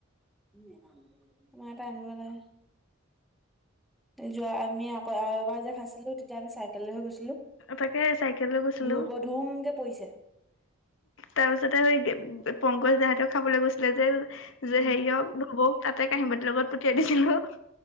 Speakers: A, in the centre; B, on the left.
A: আমাৰ এটা আানিব লাগে যোৱা আমি আকৌ আৰু এবাৰ যে খাইছিলোঁ তেতিয়া আমি চাইকেল লৈহে গৈছিলোঁ
B: তাকে চাইকেল লৈ গৈছিলো
A: ধূব ধুমকে পৰিছে।
B: তাৰ পিছতে স পংকজ দাহঁতেও খাবলৈ গৈছিলে যে যে
A: উম
B: হেৰিয়ক নবৌক তাতে কাঁহি বাতিৰ লগত পঠিয়াই দিছিলো।